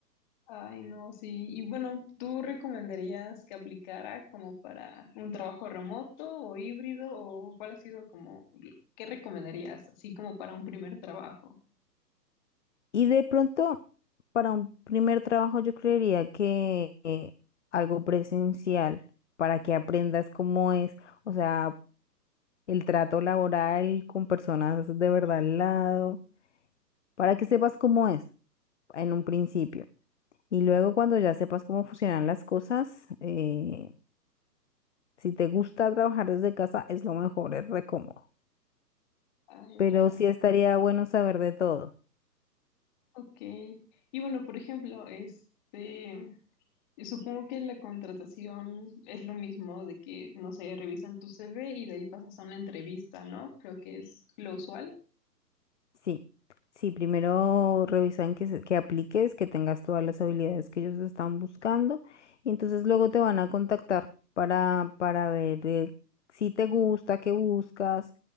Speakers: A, on the left (about 25°); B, on the left (about 45°).
A: Ay, no, sí. Y bueno, ¿tú recomendarías que aplicara como para un trabajo remoto o híbrido o cuál ha sido como, qué recomendarías así como para un primer trabajo?
B: Y de pronto, para un primer trabajo, yo creería que eh, algo presencial, para que aprendas cómo es, o sea, el trato laboral con personas de verdad al lado, para que sepas cómo es en un principio. Y luego cuando ya sepas cómo funcionan las cosas, eh, si te gusta trabajar desde casa, es lo mejor, es re cómodo.
A: Ay,
B: Pero
A: ojalá.
B: sí estaría bueno saber de todo.
A: Ok. Y bueno, por ejemplo, este, supongo que la contratación es lo mismo de que, no sé, revisan tu CV y de ahí pasas a una entrevista, ¿no? Creo que es lo usual.
B: Sí, sí, primero revisan que, se- que apliques, que tengas todas las habilidades que ellos están buscando y entonces luego te van a contactar para, para ver eh, si te gusta, qué buscas